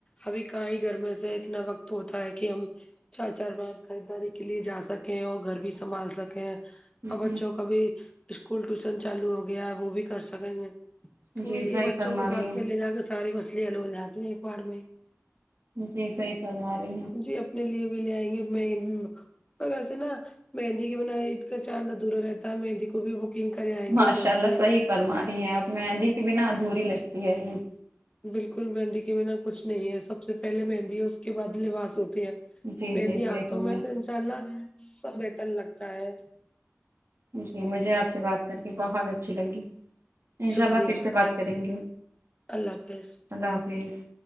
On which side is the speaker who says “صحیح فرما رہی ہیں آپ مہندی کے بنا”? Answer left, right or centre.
Right